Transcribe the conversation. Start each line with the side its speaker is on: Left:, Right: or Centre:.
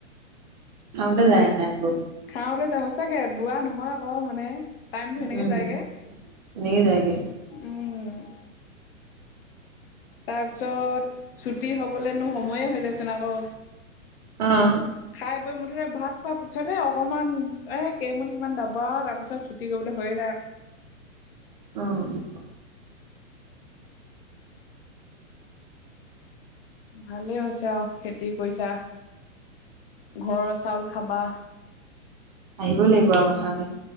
Right: খাওঁতে যায় টাইমবোৰ।
Left: খাওঁতে যায় সঁচাকে, দুৱা নহয় আকৌ মানে। টাইমটো সেনেকে
Right: উম,
Left: যায়গে
Right: এনেকে জাইগে।
Left: উম। তাৰপিছত ছুটি হ'বলৈনো সময়ে হৈ যায়চোন আকৌ।
Right: অ'।
Left: খাই বৈ মুঠতে ভাত খোৱাৰ পিছতেহে অকমান এ, কেইমুঠিমান দাবা, তাৰিছত ছুটি কৰিবলৈ হৈয়ে যায়।
Right: অ'।
Left: ভালেই হৈছে আৰু খেতি কৰিছা। ঘৰৰ চাউল খাবা।
Right: আহিবই লাগিব আৰু পথাৰতে।